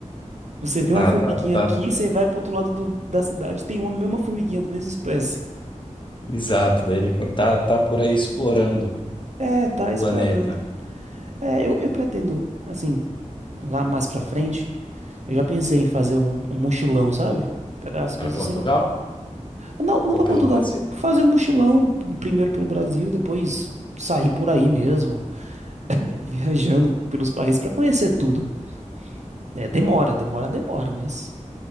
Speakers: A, on the right; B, on the left.
A: Você vê
B: Tá,
A: uma formiguinha
B: tá, tá.
A: aqui, você vai pro outro lado do- da cidade, tem uma mesma formiguinha, do mesmo espécie.
B: Exato. Daí ele tá, tá por aí explorando
A: É, tá
B: o planeta.
A: explorando. É, eu, eu pretendo, assim, lá mais pra frente, eu já pensei em fazer um, um mochilão, sabe? Pegar as coisas
B: Para Portugal
A: assim, Não, não
B: ou
A: para
B: pelo
A: Portugal,
B: Brasil?
A: fazer um mochilão primeiro pelo Brasil e depois sair por aí mesmo, <laughs> viajando pelos países para conhecer tudo. É, demora, demora, demora, mas